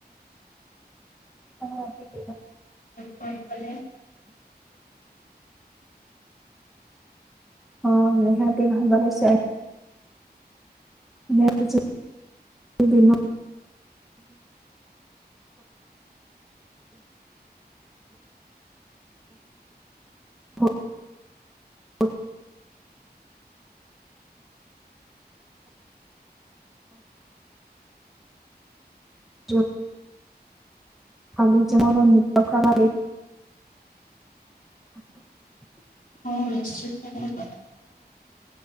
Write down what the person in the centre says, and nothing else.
ଆପଣ <inaudible>
ହଁ ନିହାତି ଭାବରେ। <inaudible> <inaudible> <inaudible> ଯୋ। <unintelligible>